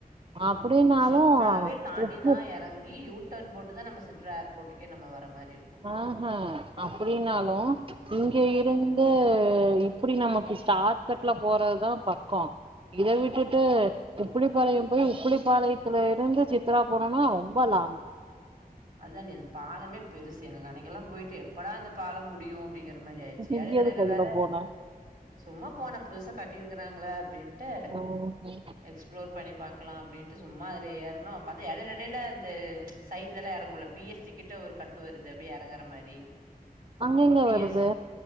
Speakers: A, on the right; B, on the right.
A: அப்டின்னாலு
B: சிற்றாவே தாண்டிதா
A: உப்பு
B: இறங்கி யூட் டன் போட்டு தா நம்ம சிற்றா ஏர்போட்டுக்கே நம்ம வர மாரி இருக்கு
A: ஆஹா அப்டினாலு இங்க இருந்து இப்டி நமக்கு ஸாடாட் கட்ல போறதுதா பக்கோ இத விட்டுட்டு உப்புளிப்பாளையம் போய் உப்புளிப்பாளையத்துல இருந்து சித்ரா போனோனா ரொம்ப லாங்
B: அதான் நேரு பாலமே பெருசு எனக்கு அன்னைக்கெல்லாம் போயிட்டு எப்படா அந்த பாலம் முடியும் அப்டிங்கற மாரி ஆயிடுச்சு
A: இங்க
B: எட எடையில
A: எதுக்கு அதுல
B: வேற
A: போன
B: சும்மா போனே புதுசா கட்டிருக்குறாங்களே அப்டின்ட்டு
A: ம்
B: ஃப்ளோர் பண்ணி பக்காலாம் அப்டின்ட்டு சும்மா அதுல ஏறுனோ பாத்தா எடைல எடையில இந்த சை இதுல எறங்க முடில பி எஸ் ஜி கிட்ட ஒரு கட் டு வருது அப்டி எறங்குற மாரி
A: அங்க எங்க
B: பி
A: வருது
B: எஸ்